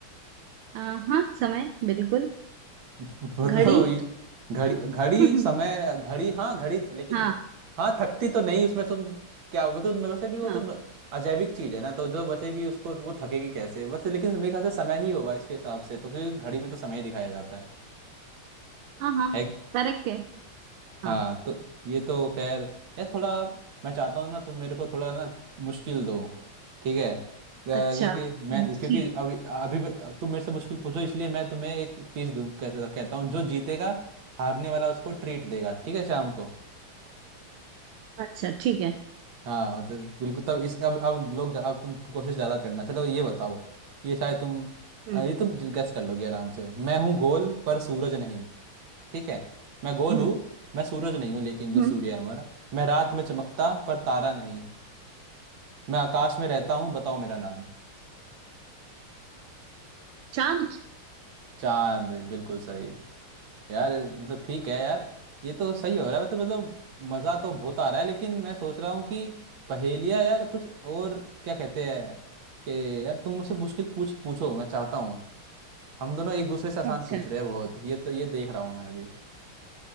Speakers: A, on the right; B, on the right.
A: आ, हाँ समय बिल्कुल
B: <laughs> मतलब
A: घड़ी
B: ये घड़ी घड़ी
A: <laughs>
B: समय घड़ी हाँ घड़ी तो, लेकिन
A: हाँ
B: घ- हाँ थकती तो नहीं उसमें तुम क्या वो तो न- वैसे भी वो
A: हाँ
B: तो न- अजैविक चीज है ना तो जो वैसे भी उसको वो थकेगी कैसे वैसे लेकिन मेरे ख्याल से समय ही होगा इसके हिसाब से तो क्योंकि घड़ी में तो समय ही दिखाया जाता है
A: हाँ हाँ
B: है
A: करेक्ट है
B: हाँ
A: हाँ
B: तो ये तो खैर यार थोड़ा मैं चाहता हूँ ना तुम मेरे को थोड़ा ना मुश्किल दो ठीक है अ, क्योंकि
A: अच्छा हम्म,
B: मैं
A: ठीक
B: क्योंकि अभी अभी मैं- तुम मेरे से मुश्किल पूछो इसलिए मैं तुम्हें एक चीज दूं कहता कहता हूँ जो जीतेगा हारने वाला उसको ट्रीट देगा ठीक है शाम को
A: अच्छा ठीक है
B: हाँ मतलब बिल्कुल तब इस अब अब लोग जा- अब तुम कोशिश ज़्यादा करना चलो ये बताओ ये शायद तुम
A: हम्म
B: अ, ये तुम गैस कर लोगे आराम से मैं हूँ गोल पर सूरज नहीं ठीक है मैं गोल
A: हम्म
B: हूँ मैं सूरज नहीं हूँ लेकिन जो
A: हम्म,
B: सूर्य है हमारा मैं रात में चमकता पर तारा नहीं मैं आकाश में रहता हूँ बताओ मेरा नाम
A: चांद
B: चांद बिल्कुल सही यार मतलब ठीक है यार ये तो सही हो रहा है वैसे मतलब मज़ा तो बहुत आ रहा है लेकिन मैं सोच रहा हूँ कि पहेलियाँ यार कुछ और क्या कहते हैं कि यार तुम मुझसे मुश्किल पूछ पूछो मैं चाहता हूँ हम दोनों एक दूसरे से आसान
A: अच्छा
B: पूछ रहे हैं बहुत ये तो ये देख रहा हूँ मैं अभी